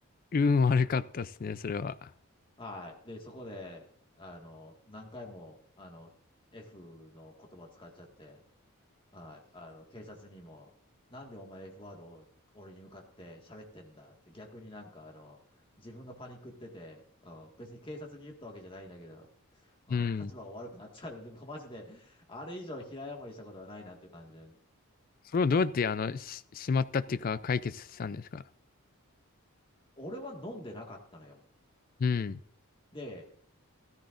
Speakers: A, on the left; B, on the left.
A: 運悪かったですね、それは。
B: はい。で、そこで、あの、何回も、あの、F の言葉使っちゃって、はい、あの、警察にも、なんでお前 F ワードを俺に向かって喋ってんだって、逆になんかあの、自分がパニックってて、うん、別に警察に言ったわけじゃないんだけど、うん、
A: うん。
B: 立場が悪くなっちゃう。でも <laughs> マジで、あれ以上平謝りしたことはないなって感じで。
A: それをどうやってあの、し、しまったっていうか解決したんですか
B: 俺は飲んでなかったのよ。
A: うん。
B: で、